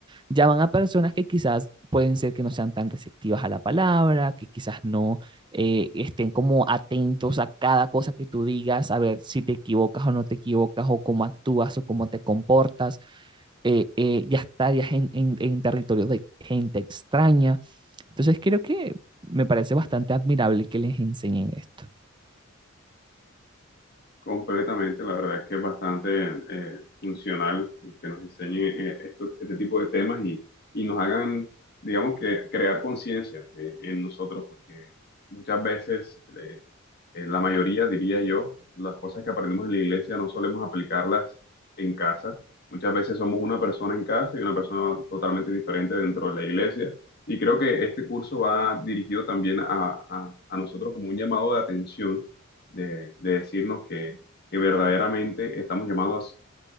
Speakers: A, on the right; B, on the left.
A: ya van a personas que quizás pueden ser que no sean tan receptivas a la palabra, que quizás no eh, estén como atentos a cada cosa que tú digas, a ver si te equivocas o no te equivocas, o cómo actúas o cómo te comportas. Eh, eh, ya estarías en, en, en territorios de gente extraña. Entonces creo que me parece bastante admirable que les enseñen esto.
B: Completamente, la verdad es que es bastante eh, funcional que nos enseñen eh, esto- este tipo de temas y, y nos hagan, digamos que, crear conciencia eh, en nosotros, porque muchas veces, eh, en la mayoría, diría yo, las cosas que aprendemos en la iglesia no solemos aplicarlas en casa. Muchas veces somos una persona en casa y una persona totalmente diferente dentro de la iglesia. Y creo que este curso va dirigido también a, a a nosotros como un llamado de atención de, de decirnos que, que verdaderamente estamos llamados